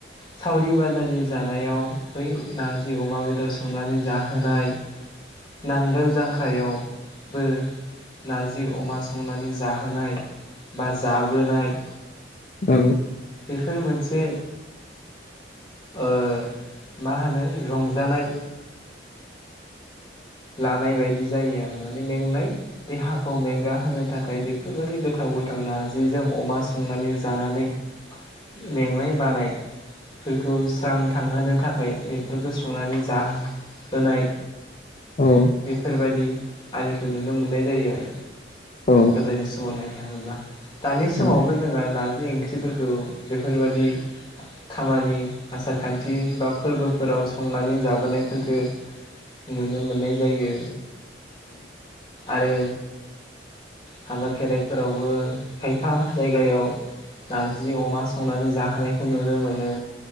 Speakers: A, on the left (about 20°); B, on the left (about 40°).
A: सावरि बाजालि जानायाव बै नारजि अमा बेदर संनानै जाहोनाय नांगोल जांखायाव बो नारजि अमा संनानै जाहोनाय बा जाबोनाय
B: औ
A: बेफोर मोनसे ओ मा होनो रंजानाय लानाय बायदि जायो आरो माने मेंनाय देहाखौ मेंगा होनो थाखाय बेफोरबायदि गोथाव गोथाव नारजिजों अमा संनानै जानानै मेंनाय बानाय फोरखौ स्रां थांहोनो थाखाय बेफोरखौ संनानै जाहोनाय
B: औ
A: बेफोरबायदि आरिखौ नुनो मोननाय जायो आरो
B: औ
A: गोदोनि समावनो थाङोब्ला दानि समावबो
B: नंगौ
A: जोङो नारजि ओंख्रिफोरखौ बेफोरबादि खामानि आसार खान्थि बा फोरबोफोराव संनानै जाबोनायफोरखो नुनो मोननाय जायो आरो हाबा खेराइफोरावबो खायफा जायगायाव नारजि अमा संनानै जाहोनायखौ नुनो मोनो